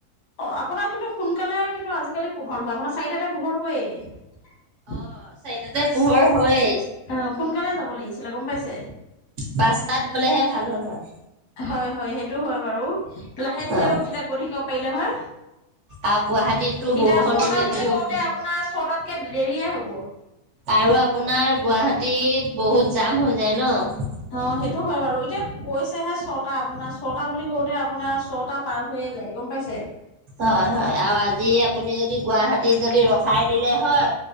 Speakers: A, on the left; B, on the right.
A: অ আপোনাৰ কিন্তু সোনকালে কিন্তু আজিকালি পোহৰ হয়, আপোনাৰ চাৰিটাতে পোহৰ হয়েই।
B: অ চাৰিটাতে পোহৰ হয়েই।
A: আহ সোনকালে যাব লাগিছিলে গম পাইছে।
B: পাঁচটাত গ'লেহে ভাল হ'ল হয়।
A: হয় হয় সেইটো হয় বাৰু, লাহে ধীৰেও
B: অ',
A: তেতিয়া গৈ থাকিব পাৰিলে হয়।
B: আৰু গুৱাহাটীততো
A: এতিয়া
B: বৰষুণ
A: ছটা
B: দিলে
A: বুলি
B: বহুত
A: কওতে আপোনাৰ ছটাতকে দেৰিয়ে হ'ব।
B: আৰু আপোনাৰ গুৱাহাটীত বহুত জাম হৈ যায় ন।
A: অ সেইটো হয় বাৰু, এতিয়া কৈছেহে ছটা আপোনাৰ ছটা বুলি কওঁতে আপোনাৰ ছটা পাৰ হৈয়ে যায়, গম পাইছে?
B: হয় হয় আৰু আজি আপুনি যদি গুৱাহাটীত যদি ৰখাই দিলে হয়